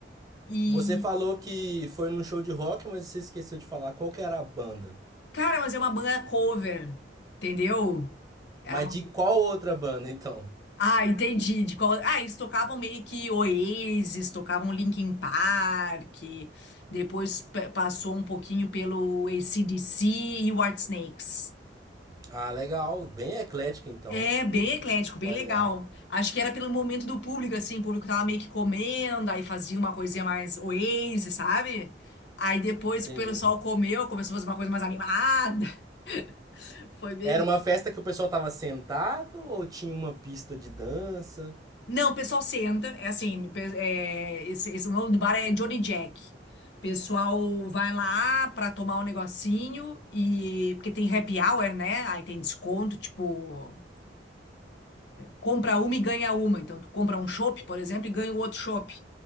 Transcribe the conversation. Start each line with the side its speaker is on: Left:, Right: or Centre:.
Left: E,
Right: Você falou que foi num show de rock, mas você esqueceu de falar qual que era a banda.
Left: cara, mas é uma banda cover, entendeu? Era
Right: Mas
Left: uma...
Right: de qual outra banda, então?
Left: Ah, entendi. De qual... Ah, eles tocavam meio que Oasis, tocavam Linkin Park, depois pe- passou um pouquinho pelo AC/DC e o Whitesnakes.
Right: Ah, legal. Bem eclético então.
Left: É bem
Right: Bem
Left: eclético, bem
Right: variado.
Left: legal. Acho que era pelo momento do público, assim, o público tava meio que comendo, aí fazia uma coisinha mais Oasis, sabe? Aí depois
Right: Entendi.
Left: que o pessoal comeu, começou a fazer uma coisa mais animada. <laughs> Foi meio.
Right: Era uma festa que o pessoal tava sentado ou tinha uma pista de dança?
Left: Não, o pessoal senta, é assim, pe- é, esse, esse- o nome do bar é Johnny Jack. O pessoal vai lá pra tomar um negocinho e porque tem happy hour, né? Aí tem desconto, tipo, compra uma e ganha uma. Então tu compra um chopp, por exemplo, e ganha o outro chopp,